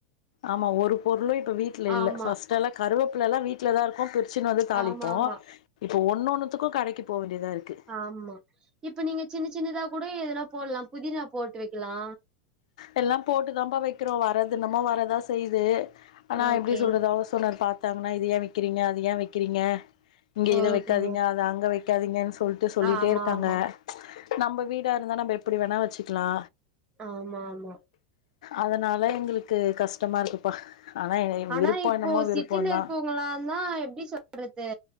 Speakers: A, on the left; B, on the right.
A: ஆமா ஒரு பொருளு இப் இப்போ வீட்ல இல்ல
B: ஆமா
A: ஃபஸ்ட்டு எல்லா கருவேப் எல்லா வீட்லதா இருக்கு பிருச் சுன் வந்து தாளிப்போ
B: ஆமா ஆமா
A: இப்ப ஒன்னு ஒன்னுத்துக்கு கடைக்கு போ வேண்டியதா இருக்கு
B: ஆமா இப்ப நீங்க சின்ன சின்னதா கூட எதனாப் போல்லாம் புதினா போட்டு வெக்கலா
A: எல்லாம் போட்டுதாம்பா வெக்கிறோ வறது என்னம்மோ வறதா செய்து ஆனா
B: ஓகே
A: எப்டி சொல்றது ஹவுஸ் ஓனர் பாத் பாத்தாங்கன்னா இத ஏ வெக்கிறீங்க அத ஏ வெக்கிறீங்க இங்க
B: ஓகே
A: இத வெக்காதீங்க அத அங்க வெக்காதீங்கன் சொல்டு சொல்லிட்டே
B: ஆமா
A: இருக்காங்க
B: ஆமா
A: நம்ம வீடா இருந்தா நம்ம எப்டி வேணா வெச்சுக்கலா
B: ஆமா ஆமா
A: அதனால எங்களுக்கு கஷ்டமா இருக்குப்பா ஆனா
B: ஆனா
A: விருப்போ
B: இப்போ
A: என்னமோ விருப்பந்தா
B: சிட்டில இருக்கவங்களாந் தா எப்டி சொல்றது